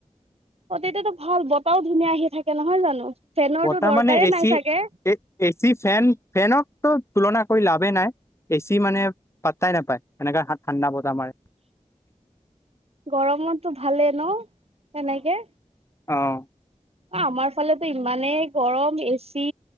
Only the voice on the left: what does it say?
বতাহ
মানে এচি
এ চি ফেন ফেনক তো তুলনা কৰি লাভে নাই। এচি মানে পাত্তাই নাপায় এনেকাে ঠাণ্ডা বতাহ মাৰে।
অঁ।